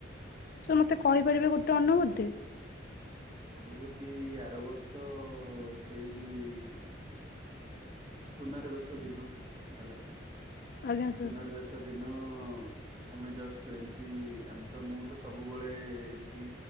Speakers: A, on the left; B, on the right.
A: ସାର୍ ମତେ କହିପାରିବେ ଗୋଟେ ଅନ୍ ଅନୁଭୂତି?
B: ଅନୁଭୂତି ଆର ବର୍ଷ ସେଇ ସୁନାର ବେଶ ଦିନ ହେଲା
A: ଆଜ୍ଞା ସାର୍
B: ସୁନାର ବେ ସେଦିନ ଆମେ ଜଷ୍ଟ ଏମିତି ଆମେତ ମୁଁତ ସବୁବେଳେ ଏମିତି